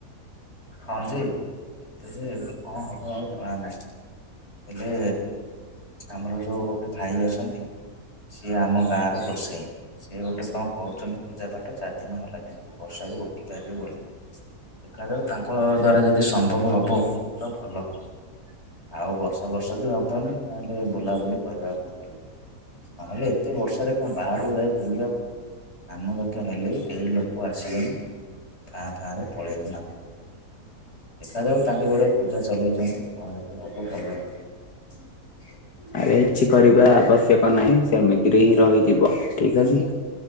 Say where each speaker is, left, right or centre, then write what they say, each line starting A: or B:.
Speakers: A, on the left; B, on the left.
A: ହଁ ଯେ ଏତେ ଯେ ଏବେ କଣ ହବ ଆଉ ଜଣା ନାହିଁ। ହେଲେ ଆମର ଯୋଉ ଗୋଟେ ଭାଇ ଅଛନ୍ତି। ସିଏ ଆମ ଗାଁ ର ଗୋଷେଇଁ ସିଏ ଗୋଟେ କଣ କରୁଛନ୍ତି। ପୂଜା ପାାଠ ଚାରିଦିନ ହେଲା କେମିତି ବର୍ଷାକୁ ରୋକିପାରିବେ ବୋଲି। ଦେଖାଯାଉ ତାଙ୍କ ଦ୍ଵାରା ଯଦି ସମ୍ଭବ ହବ ତ ଭଲ ହବ। ଆଉ ବର୍ଷା ବର୍ଷା ବି ହବନି ତାହେଲେ ବୁଲାବୁଲି କରିବାକୁ ଭଲ। ନହେଲେ ଏତେ ବର୍ଷାରେ କଣ ବାହାରକୁ ଯାଇ ବୁଲିହବ। ନାମଯଜ୍ଞ ହେଲେ ବି କେହି ଲୋକ ଆସିବେନି ଫାଁ ଫାଁ ରେ ପଳେଇବ। ନାମଯଂଜ୍ଞ। ଦେଖାଯାଉ ତାଙ୍କେ ଗୋଟେ ପୂଜା ଚଲେଇଚନ୍ତି କଣ ଯଦି ହବ ଭଲ। <inaudible>
B: ଆରେ କିଛି କରିବା ଆବଶ୍ୟକ ନାହିଁ। ସେମିତିରେ ହିଁ ରହିଯିବ ଠିକ ଅଛି।